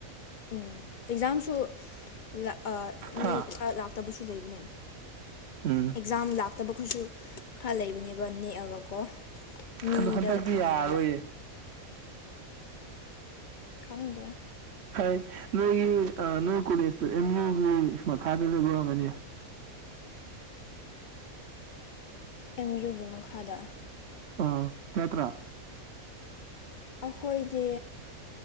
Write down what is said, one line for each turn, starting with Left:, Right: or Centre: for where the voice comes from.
Left: ꯎꯝ ꯑꯦꯛꯖꯥꯝꯁꯨ ꯂꯥꯛ ꯑ ꯃꯤ
Right: ꯍꯥ
Left: ꯈꯔ ꯂꯥꯛꯇꯕꯁꯨ ꯂꯩꯕꯅꯦ
Right: ꯎꯝ
Left: ꯑꯦꯛꯖꯥꯝ ꯂꯥꯛꯇꯕꯈꯩꯁꯨ ꯈꯔ ꯂꯩꯕꯅꯦꯕ ꯅꯦꯛꯑꯒꯀꯣ ꯃꯤꯗ
Right: ꯑꯗꯣ ꯍꯟꯗꯛꯇꯤ
Left: ꯊꯥꯍꯟꯕ
Right: ꯌꯥꯔꯔꯣꯏꯌꯦ
Left: ꯈꯪꯗꯦꯗ
Right: ꯍꯥꯏ ꯅꯣꯏꯒꯤ ꯅꯣꯏ ꯀꯣꯂꯦꯖꯇꯣ ꯑꯦꯝ ꯌꯨꯒꯤ ꯃꯈꯥꯗ ꯂꯣꯏꯕꯔꯝꯒꯅꯤ
Left: ꯑꯦꯝ ꯌꯨꯒꯤ ꯃꯈꯥꯗ
Right: ꯎꯝ ꯅꯠꯇ꯭ꯔꯥ
Left: ꯑꯩꯈꯣꯏꯗꯤ